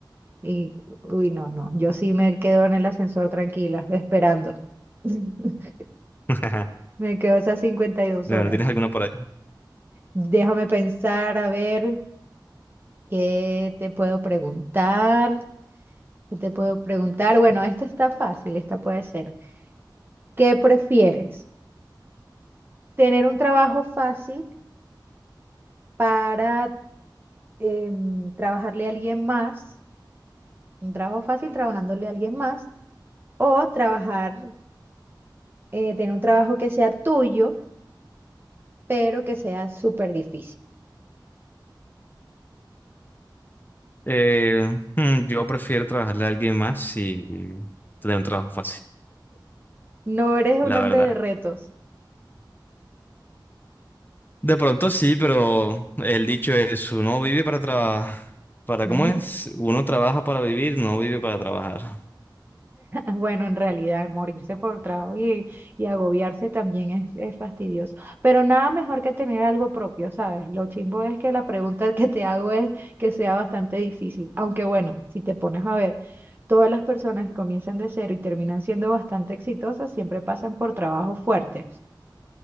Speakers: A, on the right; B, on the left.
A: Y, uy, no, no. Yo sí me quedo en el ascensor tranquila, esperando. <laughs>
B: <laughs>
A: Me quedo esas 52
B: Bueno,
A: horas.
B: ¿tienes alguna por ahí?
A: Déjame pensar, a ver, ¿qué te puedo preguntar? ¿Qué te puedo preguntar? Bueno, esto está fácil, esta puede ser. ¿Qué prefieres? ¿Tener un trabajo fácil para em, trabajarle a alguien más? Un trabajo fácil trabajándole a alguien más O trabajar, eh, tener un trabajo que sea tuyo, pero que sea súper difícil.
B: Eh, mm, yo prefiero trabajarle a alguien más y tener un trabajo fácil,
A: No eres un
B: la
A: hombre
B: verdad.
A: de retos.
B: De pronto sí, pero el dicho es, uno vive para trabajar. ¿Para
A: <laughs>
B: cómo es? Uno trabaja para vivir, no vive para trabajar.
A: Bueno, en realidad, morirse por trabajo y, y agobiarse también es, es fastidioso. Pero nada mejor que tener algo propio, ¿sabes? Lo chimbo es que la pregunta que te hago es que sea bastante difícil. Aunque bueno, si te pones a ver, todas las personas que comienzan de cero y terminan siendo bastante exitosas siempre pasan por trabajos fuertes.